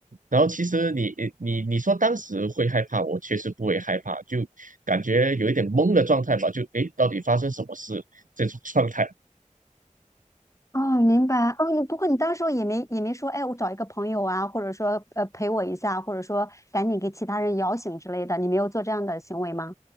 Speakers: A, on the right; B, on the left.
A: 然后其实你你你说当时会害怕，我确实不会害怕，就感觉有一点懵的状态吧，就诶，到底发生什么事这种 <laughs> 状态。
B: 哦，明白。哦，你不过你当时候也没也没说，哎，我找一个朋友啊，或者说呃陪我一下，或者说赶紧给其他人摇醒之类的，你没有做这样的行为吗？